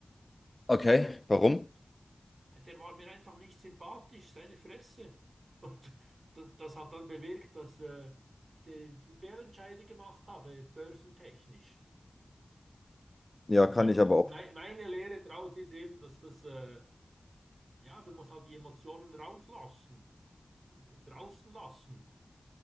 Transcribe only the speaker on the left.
okay. Warum?
Ja,
kann
ich aber auch.